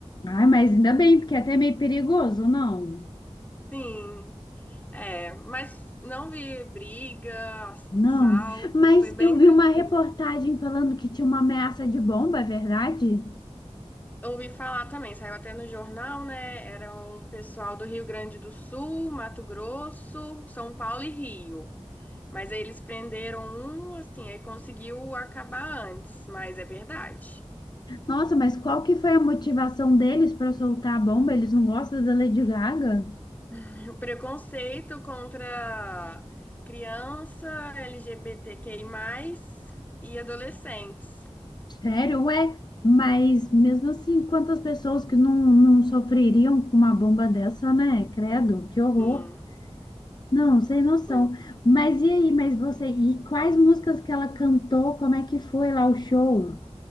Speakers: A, on the left; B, on the left.
A: Ai, mas ainda bem, porque é até meio perigoso, não?
B: Sim, é, mas não vi briga, assalto,
A: Não, mas
B: foi bem
A: eu vi
B: tranquilo.
A: uma reportagem falando que tinha uma ameaça de bomba, é verdade?
B: Ouvi falar também, saiu até no jornal, né? Era um pessoal do Rio Grande do Sul, Mato Grosso, São Paulo e Rio. Mas aí eles prenderam um, assim, aí conseguiu acabar antes, mas é verdade.
A: Nossa, mas qual que foi a motivação deles para soltar a bomba? Eles não gostam da Lady Gaga?
B: <laughs> Preconceito contra criança, LGBTQI+, e adolescentes.
A: Sério? Ué, mas mesmo assim, quantas pessoas que não, não sofreriam com uma bomba dessa, né? Credo, que horror.
B: Sim,
A: Não, sem noção.
B: foi um...
A: Mas e aí, mas você, e quais músicas que ela cantou? Como é que foi lá o show?